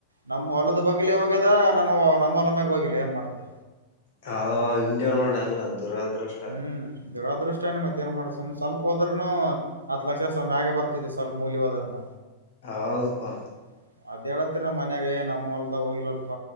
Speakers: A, on the right (about 80°); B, on the left (about 50°).
A: ನಮ್ಮ್ ಹೊಲದ ಬಗ್ಲ ಹೋಗ್ಯದ ನಾನು ನಮ್ಮ ಹೊಲ ಮ್ಯಾಗ ಹೋಗಿಲ್ಲ ಏನ್ ಮಾಡ್ತತಿ
B: ಹ ಹಿಂಗೆನ್ ನೋಡ ಎಲ್ಲ ದುರದೃಷ್ಟ
A: ಹ್ಮ್ ದುರಾದೃಷ್ಟಾನ ಮತ್ತ ಏನ್ ಮಾಡ್ ಸುಮ್ ಸ್ವಲ್ಪ ಹೋದ್ರನು ಹತ್ ಲಕ್ಷ ಸ ಮ್ಯಾಗ ಬರ್ತಿದ್ದತ್ತು ಸ್ವಲ್ಪ ಮೂಲ್ ಹೋದರ್ನ
B: ಹೌದಪ್ಪಾ
A: <inaudible> ಅದ್ ಹೇಳತ್ತರಿ ನಮ್ಮ ಮನ್ಯಾಗೇ ನಮ್ಮ ಹೊರ್ದ ಹೋಗಿಲ್ಲಲ್ಪ